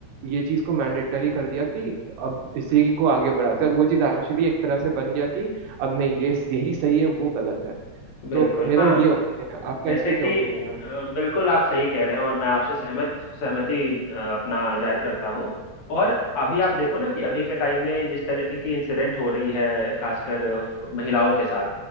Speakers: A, on the right; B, on the left.
A: ये चीज को मैंडेटरी कर दिया कि अब इसी को आगे बढ़ाते हैं और वो चीज एक्चुअली एक तरह से बन गया कि अब नहीं ये यही सही है वो गलत है
B: बिल्कुल
A: तो मेरा
B: हाँ
A: ये ओपिनियन है आपका
B: जैसे
A: इस पे
B: कि
A: क्या ओपिनियन है
B: अ, बिल्कुल आप सही कह रहे हैं और मैं आपसे सहमत सहमति अ, अपना जाहिर करता हूँ और अभी आप देखो ना कि अभी के टाइम में जिस तरीके की इंसिडेंट हो रही है खासकर अ, महिलाओं के साथ